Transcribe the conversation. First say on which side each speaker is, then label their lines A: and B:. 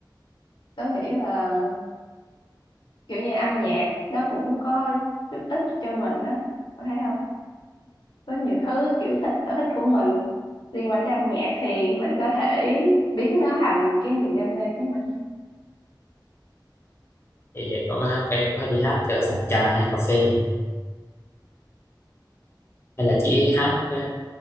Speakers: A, on the left; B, on the left.
A: tớ nghĩ là kiểu như âm nhạc nó cũng có giúp ích cho mình á có thấy không có nhiều thứ kiểu thích sở thích của mình liên quan tới âm nhạc thì mình có thể biến nó thành cái niềm đam mê của mình
B: thì có hát cái có đi hát ở phòng trà hay cà phê hay là chỉ hát ờ,